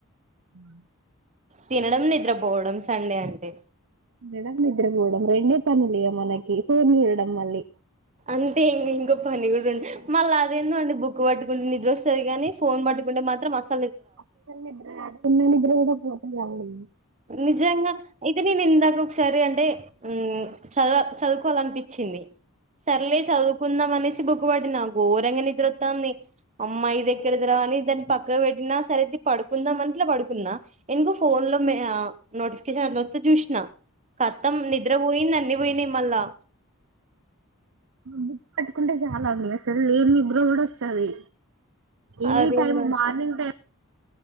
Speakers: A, on the right; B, on the right.
A: ఆ
B: తినడం నిద్రపోవడం సండే అంటే
A: తినడం నిద్రపోవడం రెండే పనులు మనకి ఫోన్ చూడడం మళ్ళీ
B: అంతే ఇంకో పని కూడా ఉండ మళ్ళ అదేందోండి బుక్ పట్టు కున్నప్పుడు నిద్ర వస్తుంది కాని ఫోన్ పట్టుకుంటే మాత్రం అస
A: అ అ ఉన్న నిద్ర కూడా పోతాది ఎ
B: నిజంగా ఇది నేను ఇందాక ఒక సరీ అంటే చదువ చదువుకోవాలనిపించింది సర్లే చదువుకుందాం అనేసి బుక్ పడినా ఘోరంగా నిద్రోత్తండి అమ్మా ఇది ఎక్కడదురా అని దాన్ని పక్క పెట్టినా సరే పడుకుందాం అట్లా పడుకుంద ఇంకా ఫోన్ లో నోటిఫికేషన్ అట్లా వస్తే చూసిన కత్తం నిద్ర పోయింది అన్నీ పోయినాయి మల్లా
A: బుక్ పట్టుకుంటే చాలా నిద్ర వస్తది అసలు లేని నిద్ర కూడా వస్తుంది ఏ
B: అదేందో
A: టైం మార్నింగ్ టై